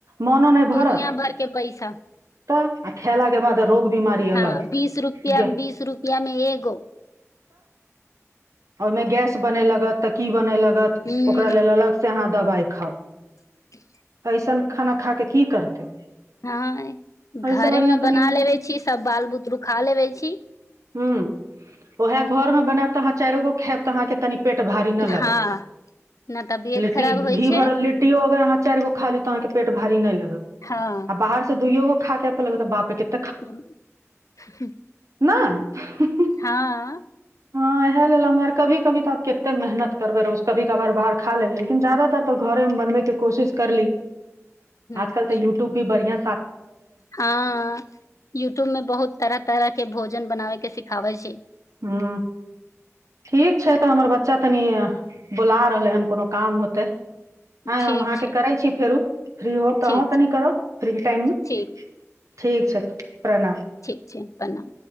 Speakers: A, on the right; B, on the left.
A: मोनो नहि भरत
B: दुनिया भर के पैसा
A: तऽ आ खेला के बाद रोग बीमारी
B: हंँ
A: अलग
B: बीस रुपया
A: गे
B: बीस रुपया मे एगो
A: ओहि मे गैस बनै लगत तऽ की बनैलक गत
B: हूँ
A: ओकर लेल अलग से अहाँ दवाई खाउ
B: <inaudible>
A: ऐसन खाना खा कऽ की करतै
B: हँय घरे
A: एहिसँ बढ़िआँ
B: मे
A: तनि
B: बना लेबे छी सब बाल बुतरु खा लेबे छी
A: हूँ उएह घर मे बनायब तऽ अहांँ चारियो गो खाएब‌ तऽ आहाँ के तनी पेट भारी न‌ लगत
B: हँ न तबियत
A: लिट्टी
B: खराब होइ
A: घी
B: छै
A: भरल लिट्टीयो अगर आहाँ चाइर गो खा‌ ली तऽ आहांँके पेट भारी नहि लग
B: हँ
A: आ बाहर से दूइयोगो खा कऽ एते लगत बाप रे क
B: <unintelligible>
A: नहि
B: हँ
A: ह खाय लेलौं मगर कभी कभी तऽ आब कते मेहनत करबै रोज कभी कभार बाहर खा लेली लेकिन ज्यादातर तऽ घरेमे बनबैके कोशिश करली
B: अच्छा
A: आजकल तऽ यूट्यूब भी बढ़ियां
B: हँ यूट्यूब में बहुत तरह तरह के भोजन बनाबे के सिखाबे छै
A: ह ठीक छै तऽ हमर बच्चा तनि बुला रहलै हन कोनो काम होतै आँय
B: ठीक
A: हम अहाँके
B: छै
A: करै छी फेरो फ्री होब
B: ठीक
A: तऽ अहूँ कनि
B: छै
A: करब फ्री टाइममे
B: ठीक
A: ठीक छै तऽ प्रणाम
B: ठीक छै प्रणाम